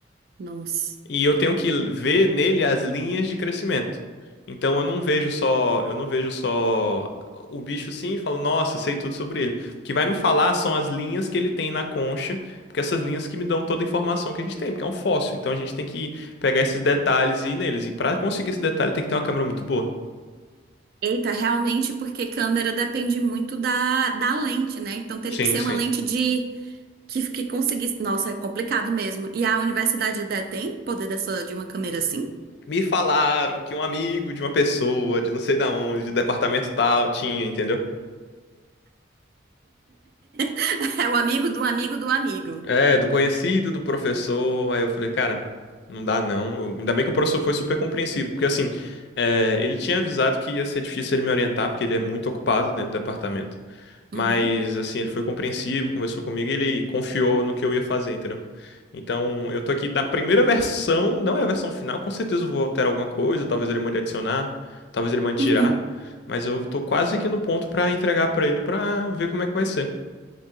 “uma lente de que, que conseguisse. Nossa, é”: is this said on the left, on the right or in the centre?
Right